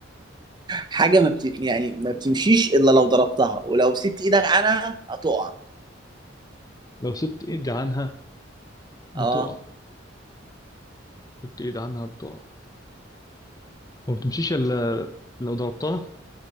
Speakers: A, on the right; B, on the left.
A: حاجه ما بت... يعني ما بتمشيش الا لو ضربتها ولو مسكت ايدك عنها هتقع
B: لو سبت ايدي عنها بتقع
A: اه
B: سبت ايدي عنها بتقع وما بتمشيش الا لو ضربتها